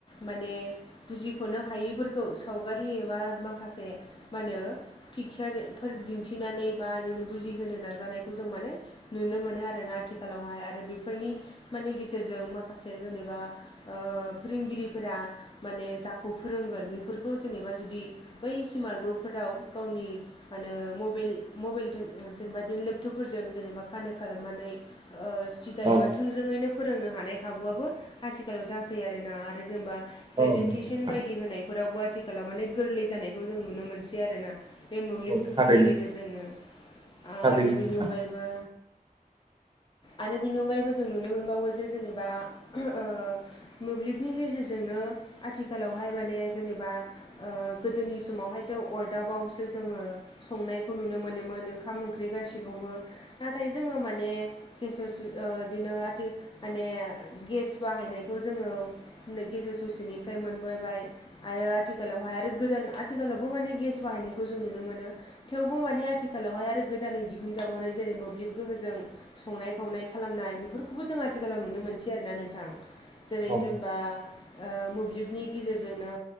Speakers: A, on the left; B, on the right.
A: माने बुजिख'नो हायैफोरखौ सावगारि एबा माखासे मा होनो। पिकचार फोर दिन्थिनानै बा ओरैनो बुजिहोनो नाजानायखौ जों माने नुनो मोनो आरो ना आथिखालावहाय आरो बेफोरनि। माने गेजेरजों माखासे जेनेबा ओ फोरोंगिरिफोरा माने जाखौ फोरोंगोन बेफोरखौ जेनेबा जुदि बै स्मार्ट बरडफोराव गावनि मानो मबेइल मबेइलदों ओ जेनेबा दैलोब थुफोरजों जेनेबा कानेक्ट खालामनानै ओ सिदायोबा
B: नंगौ
A: थोंजोङैनो फोरोंनो हानाय खाबुआबो आथिखालाव जासै आरोना आरो जेनेबा प्रेजेन्टेसन
B: नोंथां
A: बायदि होनायफोरावबो आथिखालाव माने गोरलै जानायखौ जों नुनो मोनसै आरो ना। बे मोब्लिब
B: औ
A: गोहोनि
B: थारैनो
A: गेजेरजोंनो आरो
B: थारैनो
A: बेनि
B: नोंथां।
A: अनगायैबो आरो बेनि अनगायैबो जों नुनो मोनबावो जे जेनेबा ओ मोब्लिबनि गेजेरजोंनो आथिखालावहाय माने जेनेबा ओ गोदोनि समावहायथ' अरदाबावसो जोङो। संनायखौ नुनो मोनोमोन ओंखाम ओंख्रि गासिखौबो नाथाय जोङो माने गेजेरजो ओ दिनो आथि माने गेस बाहायनायखौ जोङो नो गेजेर ससेनिफ्राय मोनबोबाय आरो आथिखालावहाय आरो गोदान आथिखालावबो माने गेस बाहायनायखौ जों नुनो मोनो। थेवबो माने आथिखालावहाय आरो गोदानै दिहुनजाबावनाय जेरै' मोब्लिब गोहोजों। संनाय खावनाय खालामनाय बेफोरखौबो जों आथिखालाव नुनो मोनसै आरो ना नोंथां। जेरै'
B: औ
A: जेनेबा ओ मोब्लिबनि गेजेरजोंनो।